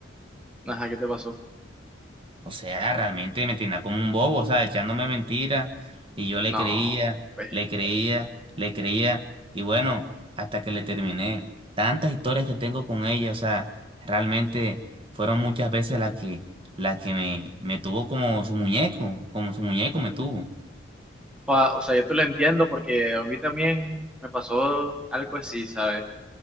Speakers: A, in the centre; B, on the right.
A: Ajá, ¿qué te pasó?
B: O sea, realmente me tenía como un bobo, o sea, echándome mentiras. Y yo le
A: No,
B: creía,
A: pues,
B: le creía, le creía. Y bueno, hasta que le terminé. Tantas historias que tengo con ella, o sea, realmente fueron muchas veces las que, las que me, me tuvo como su muñeco, como su muñeco me tuvo.
A: o, o sea, yo te lo entiendo porque a mí también me pasó algo así, ¿sabes?